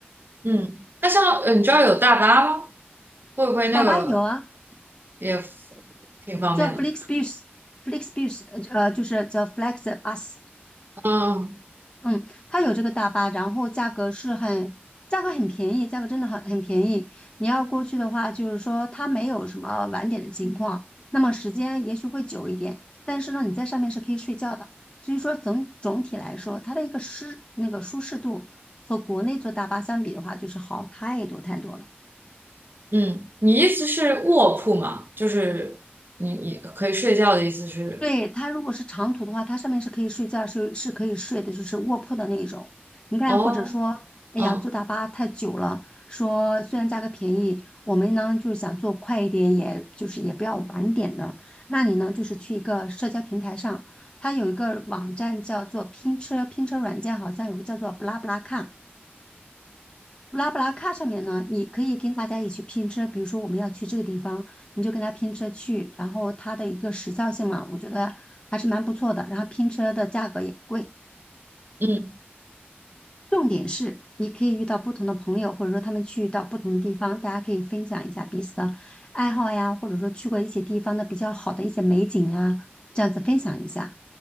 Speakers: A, on the right; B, on the left.
A: 嗯，那像呃你知道有大巴吗？会不会那个
B: 大巴有啊。
A: 也挺方便的？
B: 叫 f l e x b u s f l e x b u s 呃，就是叫 Flexbus，
A: 嗯
B: 嗯，它有这个大巴，然后价格是很，价格很便宜，价格真的很很便宜。你要过去的话，就是说它没有什么晚点的情况，那么时间也许会久一点，但是呢，你在上面是可以睡觉的。所以说总总体来说，它的一个适那个舒适度和国内坐大巴相比的话，就是好太多太多了。
A: 嗯，你意思是卧铺吗？就是你你可以睡觉的意思是？
B: 对，它如果是长途的话，它上面是可以睡觉，是是可以睡的，就是卧铺的那一种。你看，
A: 哦，
B: 或者说，哎呀，
A: 嗯
B: 坐大巴太久了，说虽然价格便宜，我们呢就是想坐快一点，也就是也不要晚点的。那你呢，就是去一个社交平台上，它有一个网站叫做拼车，拼车软件好像有个叫做布拉布拉看。布拉布拉卡上面呢，你可以跟大家一起拼车，比如说我们要去这个地方，你就跟他拼车去，然后它的一个时效性嘛，我觉得还是蛮不错的。然后拼车的价格也不贵，
A: 嗯
B: 重点是你可以遇到不同的朋友，或者说他们去到不同的地方，大家可以分享一下彼此的爱好呀，或者说去过一些地方的比较好的一些美景啊，这样子分享一下。